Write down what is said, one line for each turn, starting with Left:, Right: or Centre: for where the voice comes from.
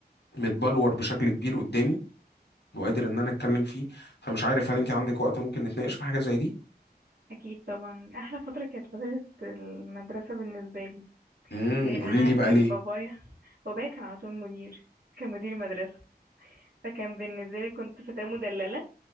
Left: متبلور بشكل كبير قدامي وقادر إن أنا أتكلم فيه فمش عارف هل أنت عندك وقت ممكن نتناقش في حاجة زي دي؟
Right: اكيد طبعا احلى فتره كانت فتره المدرسه بالنسبه لي
Left: امم
Right: لان
Left: قولي
Right: انا
Left: لي بقى
Right: كان
Left: ليه؟
Right: بابايا بابايا كان على طول مدير كان مدير مدرسه فكان بالنسبه لي كنت فتاه مدلله